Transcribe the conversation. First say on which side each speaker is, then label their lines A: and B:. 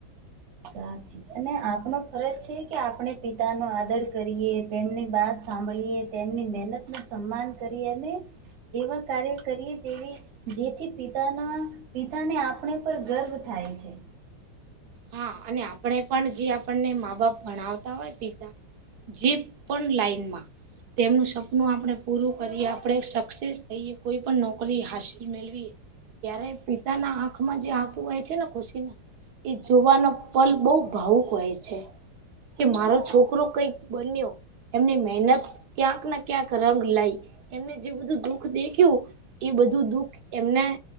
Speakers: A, on the right (about 80°); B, on the right (about 65°).
A: સાચી. અને આપણો ફરજ છે કે આપણે પિતા નો આદર કરીએ. તેમની વાત સાંભળીએ તેમની મહેનત નું સન્માન કરી. અને એવા કાર્ય કરીએ જેવી જેથી પિતાના પિતાને આપણે પર ગર્વ થાય છે.
B: હા અને આપણે પણ જે આપણને મા બાપ ભણાવતા હોય, પિતા જે પણ લાઈનમાં તેમનું સપનું આપણે પૂરું કરીએ. આપણે સક્સેસ થઈએ. કોઈ પણ નોકરી હાસલ મેળવીએ. ત્યારે પિતાના આંખમાં જે આંસુ હોય છે ને ખુશી ના એ જોવાનો પલ બહુ ભાવુક હોય છે. કે મારો છોકરો કઈક બન્યો. એમની મહેનત ક્યાંક ના ક્યાંક રંગ લાય. એમને જે બધું દુખ દેખ્યું એ બધું દુખ એમના